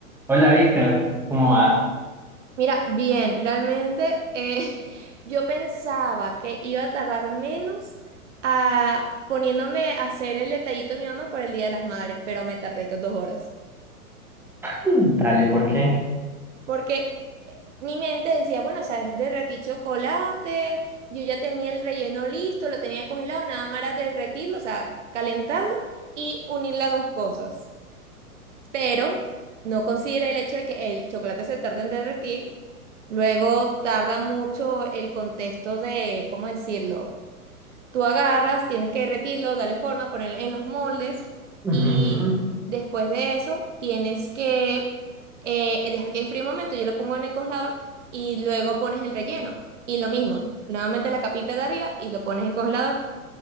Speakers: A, in the centre; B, on the right.
A: Hola Víctor, ¿cómo va?
B: Mira, bien, realmente eh, <laughs> yo pensaba que iba a tardar menos a, poniéndome a hacer el detallito de mi mamá por el Día de las Madres, pero me tardé que dos horas.
A: Dale, ¿por qué?
B: Porque mi mente decía, bueno, o sea, es derretí chocolate, yo ya tenía el relleno listo, lo tenía congelado, nada más era derretirlo, o sea, calentarlo y unir las dos cosas. pero no considera el hecho de que el chocolate se tarda en derretir, luego tarda mucho el contexto de, ¿cómo decirlo? Tú agarras, tienes que derretirlo, darle forma, ponerlo en los moldes
A: Ujú,
B: y después de eso tienes que eh, dejar que enfríe un momento, yo lo pongo en el congelador y luego pones el relleno. Y lo mismo, nuevamente la capita de arriba y lo pones en el congelador.